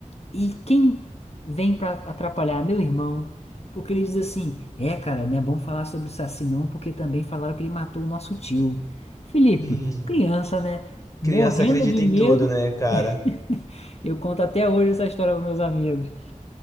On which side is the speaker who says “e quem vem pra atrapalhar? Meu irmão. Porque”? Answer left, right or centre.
Left